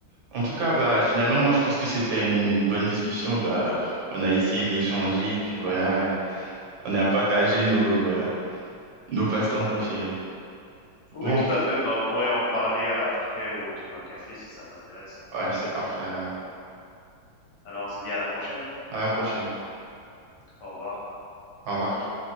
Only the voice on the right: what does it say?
En tout cas, bah, finalement, moi, je pense que c'était une bonne discussion. Bah, on a essayé d'échanger et puis voilà, euh, on a partagé nos, voilà, nos passe-temps préférés.
Bon,
ouais, c'est parfait. alors.
À la prochaine.
Au revoir.